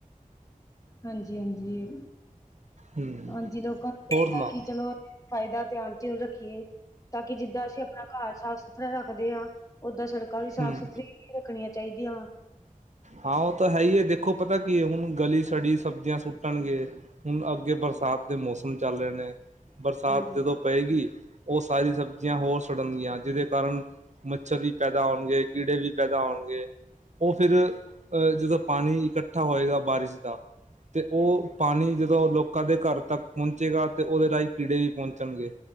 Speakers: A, on the left; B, on the right.
A: ਹਾਂਜੀ, ਹਾਂਜੀ,
B: ਹਮ
A: ਹਾਂਜੀ ਲੋਕਾਂ ਨੂੰ
B: ਹੋਰ
A: ਚਾਈਦਾ
B: ਸੁਣਾਓ
A: ਕਿ ਚਲੋ ਫਾਇਦਾ ਧਿਆਨ ਸਿਰ ਰੱਖੀਏ ਤਾਂ ਕਿ ਜਿੱਦਾਂ ਅਸੀਂ ਆਪਣਾ ਘਰ ਸਾਫ਼-ਸੁਥਰਾ ਰੱਖਦੇ ਹਾਂ। ਓਦਾਂ ਸੜਕਾਂ ਵੀ ਸਾਫ਼-ਸੁਥਰੀਆਂ
B: ਹਮ
A: ਰੱਖਣੀਆਂ ਚਾਈਦੀਆਂ ਵਾ।
B: ਹਾਂ ਓਤਾਂ ਹੈ ਈ ਏ ਦੇਖੋ ਪਤਾ ਕੀ ਹੈ ਹੁਣ ਗਲੀ ਸੜੀ ਸਬਜ਼ੀਆਂ ਸੁੱਟਣਗੇ ਹੁਣ ਅੱਗੇ ਬਰਸਾਤ ਦੇ ਮੌਸਮ ਚੱਲ ਰਹੇ ਨੇ ਬਰਸਾਤ
A: ਹਾਂਜੀ
B: ਜਦੋਂ ਪਏਗੀ ਓ ਸਾਰੀ ਸਬਜ਼ੀਆਂ ਹੋਰ ਸੜਨਗੀਆਂ ਜਿਹਦੇ ਕਾਰਨ ਮੱਛਰ ਵੀ ਪੈਦਾ ਹੋਣਗੇ ਕੀੜੇ ਵੀ ਪੈਦਾ ਹੋਣਗੇ। ਓ ਫਿਰ ਐ ਜਦੋਂ ਪਾਣੀ ਇਕੱਠਾ ਹੋਏਗਾ ਬਾਰਿਸ਼ ਦਾ। ਅਤੇ ਓ ਪਾਣੀ ਜਦੋਂ ਲੋਕਾਂ ਦੇ ਘਰ ਤੱਕ ਪੌਂਚੇਗਾ ਅਤੇ ਉਹਦੇ ਰਾਹੀਂ ਕੀੜੇ ਵੀ ਪੌਂਚਣਗੇ।